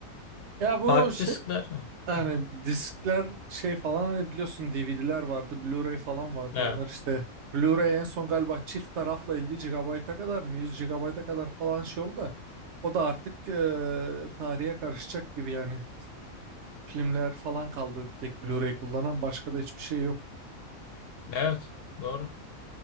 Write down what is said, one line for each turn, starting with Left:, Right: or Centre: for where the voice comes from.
Right: Ya bu
Left: Hard
Right: şey
Left: diskler. Evet.
Right: yani
Left: Hı hı.
Right: diskler şey falan hani biliyorsun DVD'ler vardı, Blu-ray falan vardı.
Left: Evet.
Right: Onlar işte Blu-ray en son galiba çift tarafla 50 gigabayta kadar mı 100 gigabayta kadar falan şey oldu da o da artık eee, tarihe karışacak gibi yani. Filmler falan kaldı bir tek Blu-ray kullanan başka da hiçbir şey yok.
Left: Evet. Doğru.